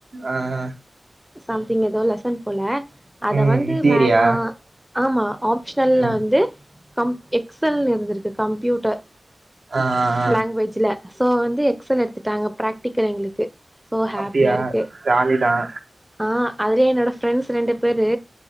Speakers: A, on the right (about 65°); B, in the centre.
A: ஆ ஆ
B: சம்திங் ஏதோ லெசன் போல அத
A: ம்
B: வந்து
A: தியரியா
B: வேணா ஆமா ஆ ப்சனல்ல
A: ம்
B: வந்து கம்ப் எக்ஸல்னு இருந்திருக்கு கம்ப்யூட்டர்
A: ஆ ஆ,
B: லேங்வேஜ்ல சோ வந்து எக்சல் எடுத்துட்டாங்க பிராக்டிக்கல் எங்களுக்கு சோ ஹேப்பியா
A: அப்படியா
B: இருக்கு
A: ஜாலி தான்
B: ஆ அதுலயே என்னோட ஃரெண்ட்ஸ் ரெண்டு பேரு